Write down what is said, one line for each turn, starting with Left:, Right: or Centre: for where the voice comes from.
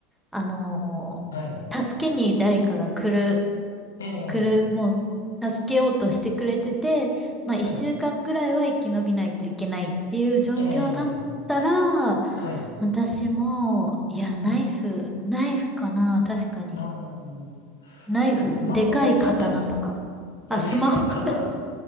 Centre: あのー
Left: はい。
Centre: 助けに誰かが来る
Left: ええ、
Centre: くる、もう助けようとしてくれてて、まあ一週間ぐらいは生き延びないといけないっていう状況だったら、
Left: はい。ええ、はい。
Centre: 私も、いや、ナイフ、
Left: うん。
Centre: ナイフかな、確かに。
Left: あー
Centre: ナイフ、
Left: でも、スマホじゃないですか。
Centre: でかい刀とか。あ、
Left: あ、でかい刀。
Centre: スマホ、<laughs>